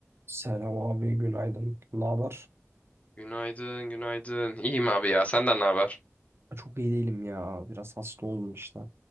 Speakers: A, on the right; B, on the left.
A: Selam abi, günaydın. Ne haber?
B: Günaydın, günaydın. İyiyim abi ya. Senden ne haber?
A: Çok iyi değilim ya. Biraz hasta oldum işte.